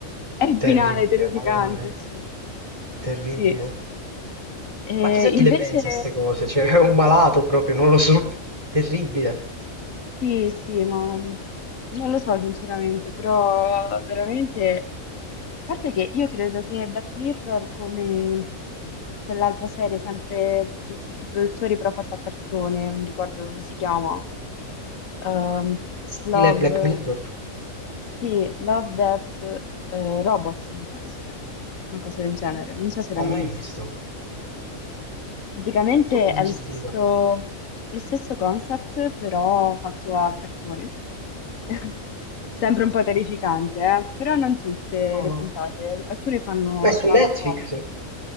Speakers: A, on the left; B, on the right.
A: è il finale
B: Terribile,
A: terrificante,
B: madonna mia.
A: sì.
B: Terribile.
A: Sì. Eh,
B: Ma chissà chi
A: invece,
B: le pensa a queste cose, cioè è un malato proprio, non lo so. Terribile.
A: sì, sì, ma mm, non lo so sinceramente, però veramente... A parte che io credo che Black Mirror, come quell'altra serie sempre degli stessi produttori però fatta a cartone, non mi ricordo come si chiama, Ehm,
B: Stile
A: Love,
B: Black Mirror?
A: sì, Love Death eh, Robots, mi pare si chiama, una cosa del genere, non so se l'hai
B: Non ho
A: mai
B: mai
A: vista.
B: visto.
A: Praticamente
B: Non l'ho
A: è
B: mai
A: lo
B: sentito.
A: stesso, lo stesso concept, però fatto a cartone. <laughs> Sempre un po' terrificante, eh? Però non tutte
B: No.
A: le puntate, alcune fanno,
B: Ma è
A: sono
B: su Netflix?
A: anche comiche.